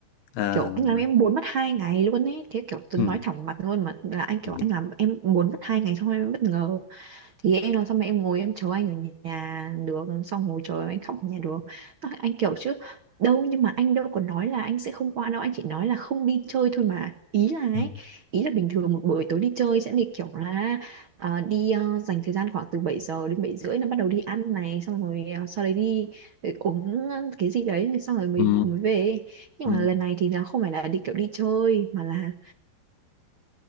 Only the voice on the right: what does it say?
kiểu
anh làm
em buồn mất hai ngày luôn ấy thế kiểu tớ
nói thẳng mặt luôn mà là anh kiểu
anh làm em buồn mất hai ngày xong em bất ngờ thì em làm sao mà em ngồi em chờ anh ở nhà được xong ngồi chờ anh khóc ở nhà được Nó- anh kiểu chứ đâu nhưng mà anh đâu có nói là anh sẽ không qua đâu anh chỉ nói là không đi chơi thôi mà ý là ấy
ý là bình thường một buổi tối đi chơi sẽ đi kiểu là à, đi ờ, dành thời gian khoảng từ 7 giờ đến 7 rưỡi là bắt đầu đi ăn này xong rồi ờ, sau đấy đi ờ, uống cái gì đấy xong rồi mới
mới về nhưng
mà lần này thì nó không phải là đi kiểu đi chơi mà là